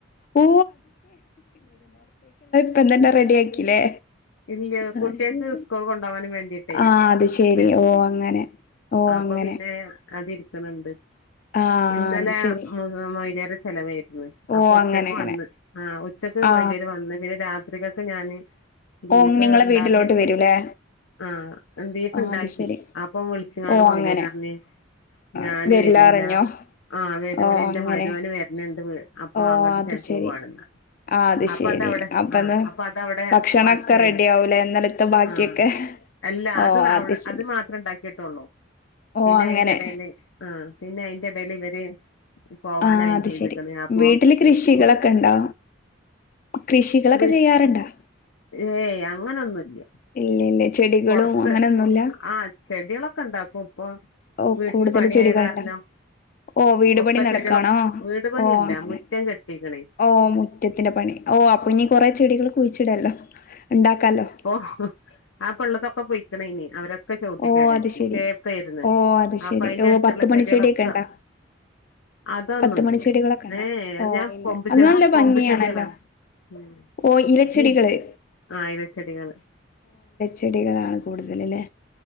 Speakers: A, on the left (about 45°); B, on the left (about 85°).
A: ഓ ഇപ്പത്തന്നെ റെഡി ആക്കില്ലേ
B: ഇല്ലയ കുട്ടികക്ക്
A: അത് ശരി
B: സ്കൂൾ കൊണ്ടവാനും വേണ്ടിട്ടേ
A: ആ അത് ശരി
B: വെച്ച്
A: ഓ അങ്ങനെ ഓ
B: അപ്പൊ
A: അങ്ങനെ
B: പിന്നെ അതിരിക്കണണ്ട്
A: ആ
B: ഇന്നലെ
A: അത്
B: <unintelligible>
A: ശരി
B: ചെലവ്ർന്നു ഇനി
A: ഓ
B: ഉച്ചക്ക്
A: അങ്ങനെ അങ്ങനെ
B: വന്നന്ന് ആ ഉച്ചക്ക്
A: ആ
B: മോല്യാര്വന്ന് പിന്നെ രാത്രി രാത്രികത്ത്ഞാന് ബീഫ്
A: ഓ നിങ്ങളെ
B: ഉണ്ടാക്കുകയും
A: വീട്ടിലോട്ട്
B: ചെയ
A: വരൂല്ലേ
B: -ആ ബീഫ്
A: ആ
B: ഉണ്ടാക്കി
A: അത് ശരി
B: അപ്പൊ വിളിച്ചങ്ങാട്
A: ഓ
B: മൊലേര
A: അങ്ങനെ
B: പറഞ്ഞ
A: ആ,
B: ഞാന്
A: വരില്ലാ
B: വരൂല
A: അറിഞ്ഞോ
B: ആഹ വരൂല
A: ഓ
B: എന്റെ
A: അങ്ങനെ
B: മരോന് വരണിണ്ട് <unintelligible> വ അപ്പൊ
A: ഓ
B: അങ്ങോട്ട്
A: അത്
B: പോവാണെന്ന്
A: ശരി ആ അത്
B: അപ്പൊ
A: ശരി
B: അതവിടെ
A: അപ്പന്ന്
B: ആ അപ്പൊ അതവിടെ
A: ഭക്ഷണൊക്കെ
B: ബാക്കിയായി
A: റെഡി ആവൂലേ ഇന്നലത്തെ ബാക്കിയൊക്കെ
B: ആ അല്ല
A: ഓ
B: അത്ടെ
A: ശരി
B: അത് മാത്ര ഉണ്ടാക്കി ള്ളൂ
A: ഓ
B: പിന്നെ
A: അങ്ങനെ
B: അതിന്റെ ഇടൽ ആഹ് പിന്നെ അയിന്റെ ഇടൽ ഇവര് പോവാനായും
A: ആഹ അത്
B: ചെയ്ത്ക്ക്ണ്
A: ശെരി
B: അപ്പൊ
A: വീട്ടില് കൃഷികളൊക്കെ ഉണ്ടോ? കൃഷികളൊക്കെ
B: കൃഷി
A: ചെയ്യാറുണ്ടാ
B: ഏയ് അങ്ങനൊന്നുംല്ല
A: ഇല്ല ഇല്ല ചെടികളും
B: പുറത്ത്
A: അങ്ങനൊന്നുല്ല
B: ആഹ ചെടികളൊക്കെ ഉണ്ടാക്കും ഇപ്പൊ
A: ഓ
B: വീട്ടില്
A: കൂടുതൽ
B: പണിയായ
A: ചെടികളുണ്ടോ
B: കാരനോ
A: ഓ വീട്
B: ഒക്കെ
A: പണി നടക്കാണോ
B: ചെടികളൊെ. വീട് പണിയല്ല
A: ഓ അങ്ങനെ
B: മുറ്റം കെട്ടിക്കണേ
A: ഓ മുറ്റത്തിന്റെ പണി ഓ അപ്പൊ ഇനിീ കൊറെ ചെടികൾ കുഴിച്ചിടല്ലോ ഉണ്ടാക്കാലോ
B: <unintelligible> ഉള്ളതൊക്കെ പൊയിക്കണ ഇനി അവരെ ഒക്കെ ചവട്ടികേടെരുതി
A: ഓ അത് ശരി
B: തേപ്പയിന്ന്
A: ഓ അത്
B: അപ്പൊ
A: ശരി
B: അതിന്റെ
A: ഓ
B: അടുത്തുള്ള
A: പത്ത്
B: ചെടികളൊക്കെ
A: മണി ചെടിയൊക്കെ ഉണ്ടോ
B: അതൊന്നുംല്ല
A: പത്ത് മണി ചെടികളൊക്കെ ഉണ്ടോ
B: ഏ
A: ഓ
B: ഞാൻ
A: ഇല്ല
B: കൊമ്പ്
A: അത്
B: -ചെ
A: നല്ല
B: കൊമ്പ്
A: ഭംഗിയാണല്ലോ
B: ചെടികളാണ് ഉം
A: ഓ ഇലച്ചെടികള്
B: നീ ആയിരച്ചെടികള്
A: ചെടികളാണ് കൂടുതല അല്ലേ